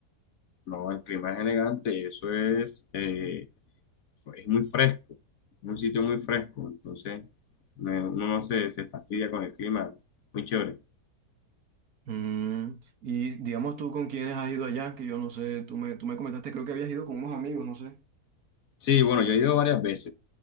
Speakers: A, on the left; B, on the right.
A: No, el clima es elegante, eso es, eh, es muy fresco, es un sitio muy fresco, entonces me- uno no se, se fastidia con el clima, muy chévere.
B: Mm, y digamos tú con quiénes has ido allá, que yo no sé, tú me, tú me comentaste, creo que habías ido con unos amigos, no sé.
A: Sí, bueno, yo he ido varias veces.